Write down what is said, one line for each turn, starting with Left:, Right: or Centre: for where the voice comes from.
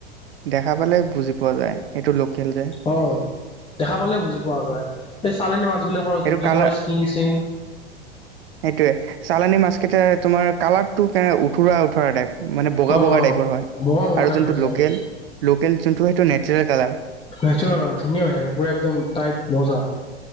Right: দেখা পালে বুজি পোৱা যায়। সেইটো লোকেল যে।
Left: অ, দেখা পালে বুজি পোৱা যায়। এই চালনী মাছ বিলাকৰ
Right: সেইটো
Left: যোনটো
Right: কালাৰ
Left: তোমাৰ স্কিন চিন।
Right: সেইটোয়ে, চালানি মাছ কেইটাৰ তোমাৰ কালাৰটো কে উঠৰা- উঠৰা টাইপ। মানে বগা-
Left: অ
Right: বগা
Left: অ
Right: টাইপৰ হয়,
Left: বগা বগা
Right: আৰু
Left: টাইপ
Right: যোনটো
Left: হৈ যায়
Right: লোকেল- লোকেল যোনটো সেইটো নেচাৰেল কালাৰ।
Left: নেচাৰেল হয় ধুনীয়া হৈ থাকে, পুৰা একদম টাইট মজা।